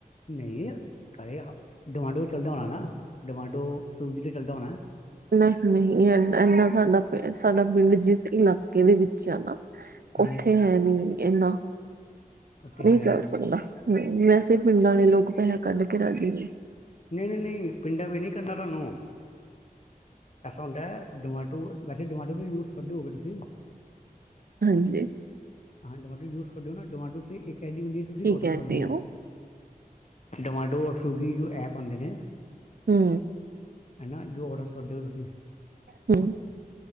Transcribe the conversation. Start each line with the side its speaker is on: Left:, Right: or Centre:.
Left: ਨਹੀਂ, ਡੋਮਾਟੋ ਚੱਲਦਾ ਹੋਣਾ ਨਾ, ਡੋਮਾਟੋ ਸਵਿਗੀ ਤੋਂ ਚੱਲਦਾ ਹੋਣਾ।
Right: ਨਹੀਂ-ਨਹੀਂ ਇਨਾ ਸਾਡਾ ਪ ਸਾਡਾ ਪਿੰਡ ਜਿਸ ਇਲਾਕੇ ਦੇ ਵਿੱਚ ਆ ਨਾ
Left: ਹੂੰ
Right: ਉੱਥੇ ਹੈ ਨੀ ਇਨਾ,
Left: ਉੱਤੇ ਹੈ
Right: ਨਹੀਂ ਕਰ ਸਕਦਾ। ਹੂੰ ਵੈਸੇ ਪਿੰਡਾ ਆਲੇ ਲੋਕ ਪੈਹਾ ਕੱਢ ਕੇ ਰਾਜੀ ਨੀ।
Left: ਨਈ ਨਈ ਨਈ ਪਿੰਡਾਂ ਵੀ ਨਈ ਕਰਨਾ ਤੁਆਨੂੰ। ਐਸਾ ਹੁੰਦੈ ਡੋਮਾਟੋ ਵੈਸੇ ਡੋਮਾਟੋ ਤੇ ਯੂਜ਼ ਕਰਦੇ ਹੋਗੇ ਤੁਸੀਂ।
Right: ਹਾਂਜੀ।
Left: ਹਾਂ ਡਮਾਟੋ ਯੂਸ ਕਰਦੇ ਓ ਨਾ ਡਮਾਟੋਂ ਇੱਕ ਐਡੀ ਹੁੰਦੀ ਏ, ਤੁਸੀਂ
Right: ਕੀ
Left: ਔਡਰ
Right: ਕਹਿ
Left: ਕਰ
Right: ਰਹੇ
Left: ਦੇਓ।
Right: ਹੋ
Left: ਡੋਮੈਡੋ ਔਰ ਸੂਗੀ ਜੋ ਐਪ ਹੂੰਦੇ ਨੇ।
Right: ਹੂੰ।
Left: ਹਨ ਨ ਜੋ ਔਡਰ ਕਰਦੇਓ ਤੁਸੀਂ।
Right: ਹੂੰ